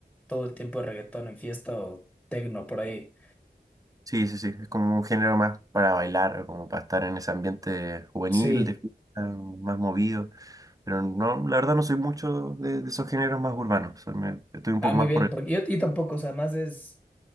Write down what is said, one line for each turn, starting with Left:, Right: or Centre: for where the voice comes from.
Centre: todo el tiempo reggaetón en fiesta o tecno por ahí.
Right: Sí, sí, sí, es como un género más para bailar, como para estar en ese ambiente juvenil,
Centre: Sí,
Right: de fiesta, más movido. Pero no, la verdad no soy mucho de, de esos géneros más urbanos. soy- me- estoy un
Centre: ah,
Right: poco
Centre: muy
Right: más
Centre: bien,
Right: por el...
Centre: porque yo, yo tampoco, o sea, más es,